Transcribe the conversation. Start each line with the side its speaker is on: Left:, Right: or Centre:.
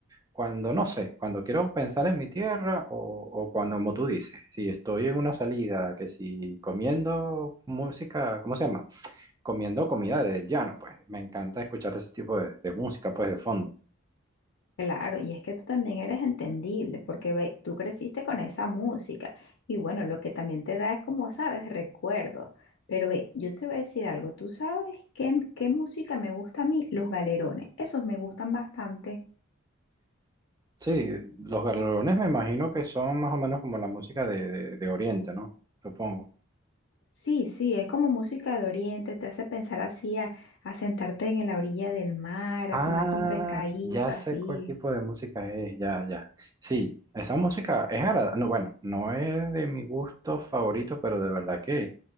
Right: Cuando no sé, cuando quiero pensar en mi tierra o, o cuando, como tú dices, si estoy en una salida, que si comiendo música, ¿cómo se llama? Comiendo comida del llano, pues me encanta escuchar ese tipo de, de música, pues de fondo.
Left: Claro, y es que tú también eres entendible porque ve- tú creciste con esa música y bueno, lo que también te da es como sabes, recuerdos. Pero ve, yo te voy a decir algo, tú sabes qué, m- qué música me gusta a mí, los galerones, esos me gustan bastante.
Right: Sí, los galerones me imagino que son más o menos como la música de, de- de Oriente, ¿no? Supongo.
Left: Sí, sí, es como música de oriente, te hace pensar así a, a sentarte en la orilla del mar,
Right: Ah,
Left: a comerte un pescadito
Right: ya sé
Left: así.
Right: cuál tipo de música es, ya, ya. Sí, esa música es agradable. No, bueno, no es de mi gusto favorito, pero de verdad que,